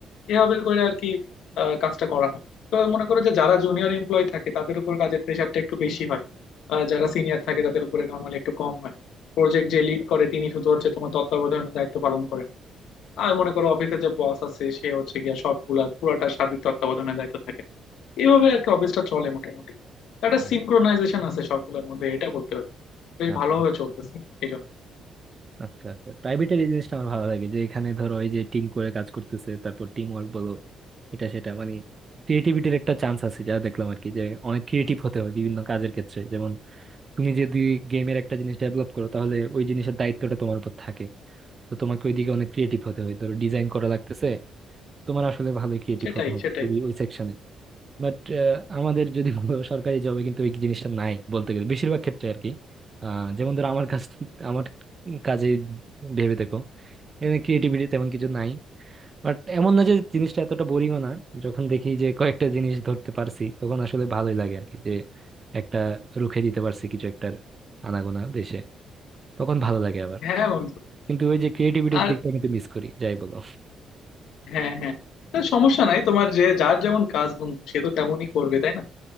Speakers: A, on the left; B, on the right.
A: এভাবে করে আর কি আহ, কাজটা করা হয় তো মনে করো যে যারা জুনিয়র এমপ্লয় থাকে তাদের উপর কাজের প্রেশারটা একটু বেশি হয় আহ, যারা সিনিয়র থাকে তাদের উপরে নর্মালি একটু কম হয় প্রজেক্ট যে লিড করে তিনি শুধু হচ্ছে তোমার তত্ত্বাবধানের দায়িত্ব পালন করেন আর মনে করো অফিসে যে বস আছে সে হচ্ছে গিয়া সবগুলা পুরাটা সার্বিক তত্ত্বাবধানের দায়িত্ব থাকে এভাবে আর কি অফিসটা চলে মোটামুটি একটা
B: হুম।
A: সিনক্রোনাইজেশন আছে সবগুলোর মধ্যে এটা বলতে পারি বেশ
B: আচ্ছা
A: ভালোভাবে চলতেছে এই জন্য
B: আচ্ছা আচ্ছা প্রাইভেটের এই জিনিসটা আমার ভালো লাগে যে এখানে ধরো ওই যে টিম করে কাজ করতেছে তারপর টিম ওয়ার্ক বলো এটা সেটা মানে ক্রিয়েটিভিটির একটা চান্স আছে যা দেখলাম আর কি যে অনেক ক্রিয়েটিভ হতে হয় বিভিন্ন কাজের ক্ষেত্রে যেমন তুমি যদি গেমের একটা জিনিস ডেভেলপ করো তাহলে ওই জিনিসের দায়িত্বটা তোমার উপর থাকে তো তোমাকে ওইদিকে অনেক ক্রিয়েটিভ হতে হয় ধরো ডিজাইন করা লাগতেছে তোমার আসলে ভালোই ক্রিয়েটিভ
A: সেটাই
B: হতে হবে
A: সেটাই
B: ওই ওই সেকশনে বাট আমাদের যদি <laughs> বলো সরকারি জবে কিন্তু ওই জিনিসটা নাই বলতে গেলে বেশিরভাগ ক্ষেত্রে আর কি আহ, যেমন ধরো আমার কাজ আমার কাজে ভেবে দেখো এখানে ক্রিয়েটিভিটি তেমন কিছু নাই বাট এমন না যে জিনিসটা এতটা বোরিংও না যখন দেখি যে কয়েকটা জিনিস ধরতে পারছি তখন আসলে ভালোই লাগে আর কি যে একটা রুখে দিতে পারছি কিছু একটা আনাগোনা দেশে তখন ভালো লাগে আবার
A: হ্যাঁ বন্ধু
B: কিন্তু ওই যে ক্রিয়েটিভিটির
A: আর
B: দিকটা কিন্তু মিস করি যাই বলো
A: হ্যাঁ হ্যাঁ তা সমস্যা নাই তোমার যে যার যেমন কাজ বন্ধু সে তো তেমনই করবে তাই না